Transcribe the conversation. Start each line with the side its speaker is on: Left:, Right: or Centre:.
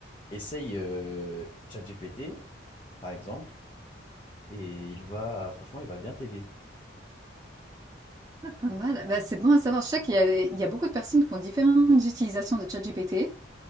Left: Essaye euh, ChatGPT, par exemple, et il va, franchement, il va bien t'aider.
Right: Ça, pas mal. Bah, c'est bon à savoir. Je sais qu'il y a, il y a beaucoup de personnes qui ont différentes utilisations de ChatGPT.